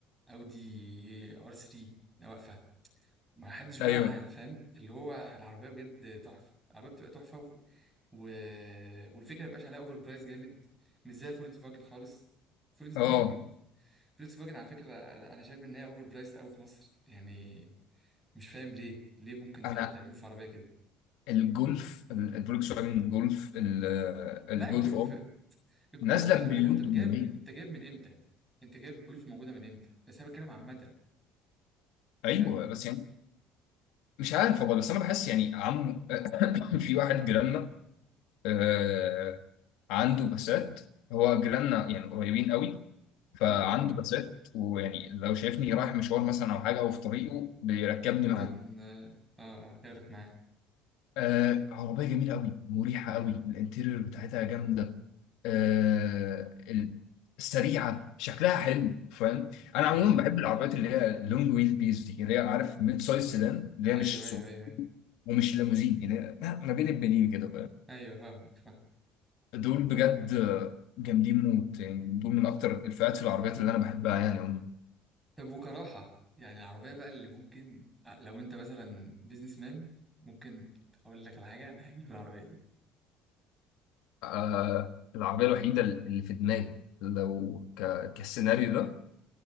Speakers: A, in the centre; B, on the left.
A: اودي ار 3 واقفه ما حدش بقى
B: ايوه
A: فاهم اللي هو العربيه بجد تحفه العربيه بتبقى تحفه و... و... والفكره ما بيبقاش عليها اوفر برايس جامد مش زي فولكس فاجن خالص فولكس
B: اه
A: فاجن فولكس فاجن على فكره انا شايف ان هي اوفر برايس قوي في مصر يعني مش فاهم ليه ليه ممكن
B: انا
A: ت- تعمله في عربيه كده
B: الجولف ال- الفولكس واجن جولف ال- الجولف
A: لا الجولف
B: اه
A: الج-
B: نازله
A: بس خلي
B: بمليون
A: بالك انت جايب
B: 800
A: انت جايب من امتى انت جايب الجولف موجوده من امتى بس انا بتكلم عامه انت
B: ايوه
A: فاهم
B: بس يعني مش عارف والله بس انا بحس يعني عم <coughs> في واحد جيراننا آه، عنده بسات هو جيراننا يعني قريبين قوي فعنده
A: ايوه ايوه
B: بسات ويعني لو شايفني رايح مشوار مثلا او حاجه او في طريقه بيركبني
A: ممكن
B: معاه
A: اه آه، آه، ياخدك معاه
B: آه، عربيه جميله قوي مريحه قوي الانتيريور بتاعتها جامده آه، ال- سريعه شكلها حلو فاهم
A: ان شاء
B: انا عموما
A: الله
B: بحب العربيات اللي هي لونج ويل بيز دي اللي هي عارف ميد سايز سيدان اللي
A: ايوه
B: هي مش
A: ايوه
B: صغيرة
A: ايوه ايوه
B: ومش ليموزين اللي هي ما ما بين البنين كده
A: ايوه فاهمك فاهم
B: دول بجد جامدين موت يعني دول من اكتر الفئات في العربيات اللي انا بحبها يعني عموما
A: طب وكراحه يعني العربيه بقى اللي ممكن آه، لو انت مثلا بيزنس مان ممكن اقول لك على حاجه انا هجيب العربيه دي
B: آه العربيه الوحيده اللي في دماغي لو ك... كالسيناريو ده